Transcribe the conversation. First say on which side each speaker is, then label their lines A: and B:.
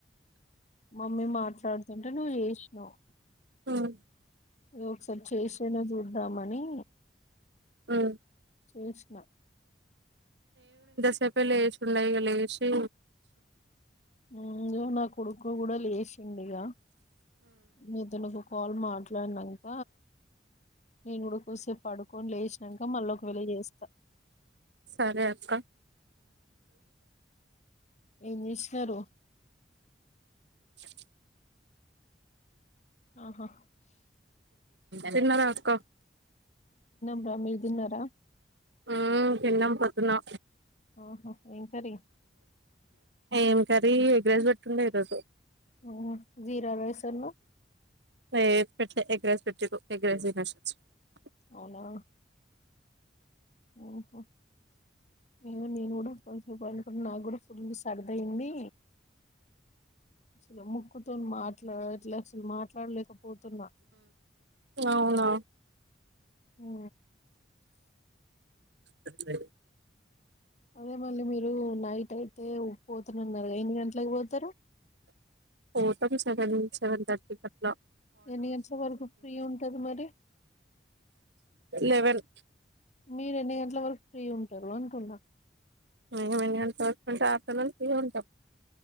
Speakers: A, on the left; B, on the right.
A: మమ్మీ మాట్లాడుతుంటే నువ్వు చేసినావు
B: ఉమ్
A: నువ్ ఒకసారి చేసాను చూద్దామని
B: ఆ
A: చేసిన.
B: చెప్పే లేసి ఉన్నా ఇక లేసి
A: ఉ నా కొడుకు కూడా లేశిండు ఇగ నీతోనీ ఒక కాల్ మాట్లాడినాక నేను కూడా కోసేపు పడుకొని లేసినాక మళ్ళీ ఒక వెళ్ళ చేస్తా
B: సరే అక్క
A: ఏం చే ఎవరు
B: స
A: ఆహో
B: చిన్నార అక్క
A: అమ్ మీదిన్నార
B: ఉ చిన్న పతున్నా
A: ఆహా! ఏం కర్రీ?
B: ఏం క ఎగ్రస్ బ ండ ఇదు
A: ఉ జీరా రైస్ ను
B: క పెట్లే ఎగ్రస్ పెట్టిరూ ఎగ్రస్ ఇనాసి <unintelligible>
A: అవునా ఓహో ఏ నను కూడా <unintelligible> ఇప్పుడు నాకు కూడా ఫుల్ సరదయింది అసలు ముక్కు తోన్ మాట్లా ఇట్లా అసలు మాట్లాడలేకపోతున్నా
B: అవునా
A: ఉ
B: స
A: అదే మళ్ళీ మీరు నైట్ అయితే పోతున్నాన్నారు ఎన్ని గంటలకి పోతారు
B: పోతం సెవెన్ సెవెన్ థర్టీ అట్
A: ఎన్ని గంట్ల వరకు ఫ్రీ ఉంటరూ మరి
B: లెవెన్
A: మీరుెన్ని గంటల వరకు ఫ్రీ ఉంటారు అనుకున్నా
B: మినిమం ఎన్ని గంటలకు ఉంటా ఆఫ్టర్న ఫ్రీగా ఉంటాం.